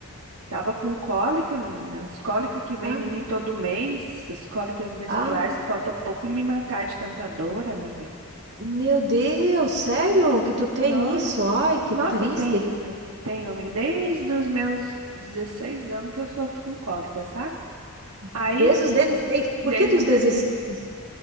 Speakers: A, on the right; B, on the right.
A: tava com cólica, menina. As cólicas que vem
B: Ah,
A: em mim todo mês, as cólicas menstruais,
B: Ah,
A: que falta pouco me matar de tanta dor, amiga.
B: meu Deus, sério que tu tem
A: Nossa,
B: isso? Ai, que
A: nossa,
B: triste.
A: tenho, tenho, amiga, desde os meus 16 anos que eu sofro com cólica, sabe? Aí,
B: Desde
A: assim,
B: os 16?
A: desde
B: Por que dos
A: os 16.
B: dezesseis?